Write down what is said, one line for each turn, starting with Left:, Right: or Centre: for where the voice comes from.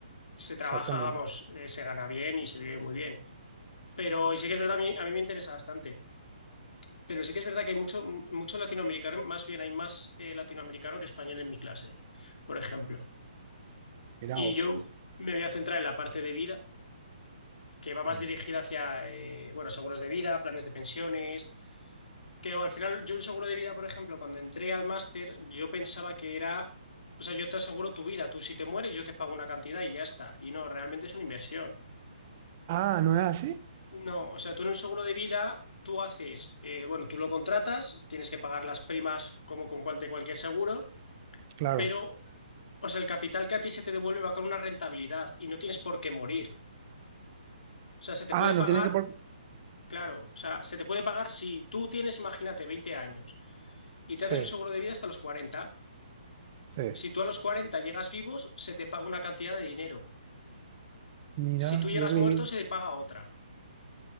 Left: Se trabaja,
Right: exactamente.
Left: vamos, eh, se gana bien y se vive muy bien. Pero, y sí que es verdad, a mí, a mí me interesa bastante, pero sí que es verdad que hay mucho, mucho latinoamericano, más bien hay más eh, latinoamericano que español en mi clase, por ejemplo.
Right: Mirá
Left: Y
Right: vos.
Left: yo me voy a centrar en la parte de vida que va más
Right: Mm.
Left: dirigida hacia, eh, bueno, seguros de vida, planes de pensiones, que bueno, al final yo un seguro de vida, por ejemplo, cuando entré al máster, yo pensaba que era, o sea, yo te aseguro tu vida, tú si te mueres yo te pago una cantidad y ya está, y no, realmente es una inversión.
Right: Ah, ¿no es así?
Left: No, o sea, tú en un seguro de vida, tú haces, eh, bueno, tú lo contratas, tienes que pagar las primas como con cual, de cualquier seguro,
Right: Claro.
Left: pero, o sea, el capital que a ti se te devuelve va con una rentabilidad y no tienes por qué morir. O sea, se te
Right: Ah,
Left: puede
Right: no
Left: pagar
Right: tienes que por...
Left: Claro, o sea, se te puede pagar si tú tienes, imagínate, 20 años y te
Right: Sí,
Left: haces un seguro de vida hasta los 40.
Right: sí.
Left: Si tú a los 40 llegas vivos, se te paga una cantidad de dinero.
Right: Mira,
Left: Si tú llegas
Right: yo creí,
Left: muerto, se te paga otra.